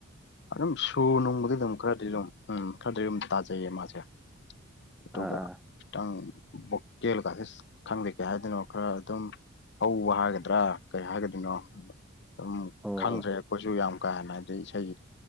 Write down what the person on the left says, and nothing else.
ꯑꯗꯨꯝ ꯁꯨꯔ ꯅꯨꯡꯕꯨꯗꯤ ꯑꯗꯨꯝ ꯈꯔꯗꯤ ꯑꯗꯨ ꯎꯝ ꯈꯔꯗꯤ ꯑꯗꯨꯝ ꯇꯥꯖꯩꯌꯦ ꯃꯥꯁꯦ ꯑꯗꯨꯒ
ꯈꯤꯇꯪ ꯚꯣꯀꯦꯜꯒꯥꯁꯦ ꯈꯪꯗꯦ ꯀꯩ ꯍꯥꯏꯗꯅꯣ ꯈꯔ ꯑꯗꯨꯝ ꯍꯧꯕ ꯍꯥꯏꯒꯗ꯭ꯔꯥ ꯀꯔꯤ ꯍꯥꯏꯒꯗꯣꯏꯅꯣ ꯑꯗꯨꯝ
ꯈꯪꯗ꯭ꯔꯦ
ꯑꯩꯈꯣꯏꯁꯨ ꯌꯥꯝ ꯀꯥ ꯍꯦꯟꯅ ꯍꯥꯏꯗꯤ ꯏꯁꯩ